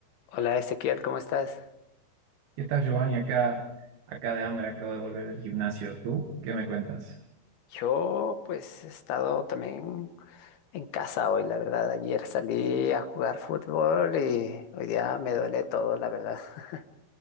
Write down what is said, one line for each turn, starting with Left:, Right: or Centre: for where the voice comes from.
Left: Hola Ezequiel, ¿cómo estás?
Right: ¿Qué tal, Giovanni? Acá, acá de hambre, acabo de volver del gimnasio. ¿Tú qué me cuentas?
Left: Yo pues he estado también en casa hoy, la verdad. Ayer salí a jugar fútbol y hoy día me duele todo, la verdad. <laughs>